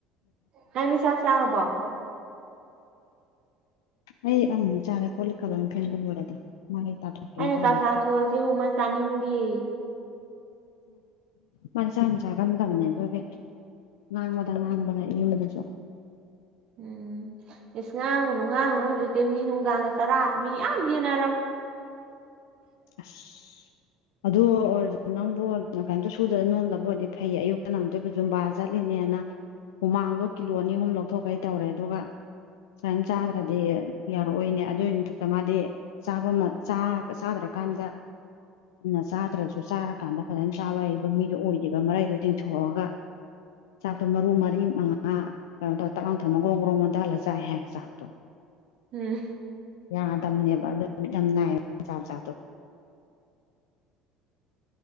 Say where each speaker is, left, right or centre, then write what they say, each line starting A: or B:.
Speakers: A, on the right; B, on the left.
A: ꯅꯪꯗꯤ ꯆꯥꯛ ꯆꯥꯔꯕꯣ
B: ꯑꯩ ꯑꯂꯨ ꯆꯥꯔꯦ ꯀꯣꯂꯤꯛꯀ ꯂꯣꯏ ꯐꯦꯡꯕ ꯂꯣꯏꯔꯦꯗ ꯃꯥꯏ ꯇꯥꯊꯣꯛꯀꯦꯅ
A: ꯑꯩꯅ
B: ꯇꯧꯅꯤ
A: ꯆꯥꯛ ꯆꯥꯊꯣꯛꯑꯁꯤꯕꯨ ꯃꯥ ꯆꯥꯅꯤꯡꯗꯦꯌꯦ
B: ꯃꯗꯤ ꯆꯥꯛꯌꯥꯝ ꯆꯥꯒꯟꯗꯕꯅꯦ ꯑꯗꯨꯒꯤ ꯉꯥꯡꯕꯗ ꯉꯥꯡꯕꯗ ꯌꯦꯝꯗꯁꯨ
A: ꯎꯝ ꯏꯁꯁ ꯉꯥꯡꯉꯨꯅꯨ ꯉꯥꯡꯉꯨꯅꯨ ꯍꯧꯖꯤꯛꯇꯤ ꯃꯤ ꯅꯨꯡꯗꯥꯡꯒ ꯆꯔꯥ ꯃꯤ ꯌꯥꯝ ꯍꯦꯟꯅꯔꯝꯅꯤ <unintelligible> <inaudible>
B: ꯑꯁ
A: <unintelligible>
B: ꯑꯗꯨ ꯑꯣꯏꯔꯁꯨ ꯅꯪꯕꯨ ꯀꯩꯃꯇ ꯁꯨꯗꯕ ꯅꯣꯝꯗꯕ ꯑꯣꯏꯔꯗꯤ ꯐꯩ ꯑꯌꯨꯛꯇꯅ ꯑꯃꯨꯛꯇꯣꯏꯕ ꯖꯨꯝꯕꯥ ꯆꯠꯂꯤ ꯅꯦꯅ ꯍꯨꯃꯥꯡꯗꯣ ꯀꯤꯂꯣ ꯑꯅꯤ ꯑꯍꯨꯝ ꯂꯧꯊꯣꯛꯈꯩ ꯇꯧꯔꯦ ꯑꯗꯨꯒ ꯁꯨꯃꯥꯏꯅ ꯆꯥꯗ꯭ꯔꯗꯤ ꯌꯥꯎꯔꯛꯑꯣꯏꯅꯦ ꯑꯗꯨꯒꯤ ꯃꯊꯛꯇ ꯃꯥꯗꯤ ꯆꯥꯕ ꯃꯥ ꯆꯥꯗ꯭ꯔ ꯀꯥꯟꯗ ꯑꯗꯨꯅ ꯆꯥꯗ꯭ꯔꯁꯨ ꯆꯥꯔꯀꯥꯟꯗ ꯐꯖꯅ ꯆꯥꯕ ꯍꯕ ꯃꯤꯗꯣ ꯑꯣꯏꯗꯦꯕ ꯃꯔꯩꯗꯣ ꯇꯤꯡꯊꯣꯛꯑꯒ ꯆꯥꯛꯇꯣ ꯃꯔꯨ ꯃꯔꯤ ꯃꯉꯥ ꯀꯩꯅꯣ ꯇꯧ ꯇꯛꯅ ꯊꯝꯃꯥ ꯒ꯭ꯔꯣꯡ ꯒ꯭ꯔꯣꯡ ꯑꯣꯟꯗ ꯍꯜꯂ ꯆꯥꯏ ꯍꯥꯏꯕ ꯆꯥꯛꯇꯣ
A: ꯎꯝ
B: ꯌꯥꯗꯝꯕꯅꯦꯕ ꯑꯗꯨ ꯅꯨꯃꯤꯠ ꯌꯥꯝ ꯅꯥꯏꯔ ꯆꯥꯥ ꯆꯥꯗ